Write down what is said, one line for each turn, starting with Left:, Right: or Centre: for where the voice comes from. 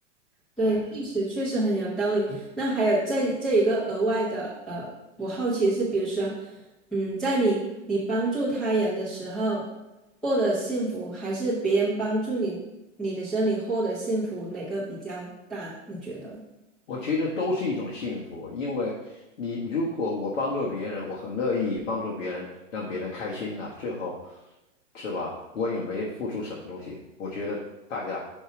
Centre: 对，
Left: 哎。
Centre: 确实确实很有道理。那还有这这一个额外的，呃，我好奇是，比如说，嗯，在你你帮助他人的时候获得幸福，还是别人帮助你你的时候你获得幸福，哪个比较大？你觉得？
Left: 我觉得都是一种幸福，因为你如果我帮助别人，我很乐意帮助别人，让别人开心的，最后是吧？我也没付出什么东西，我觉得大家，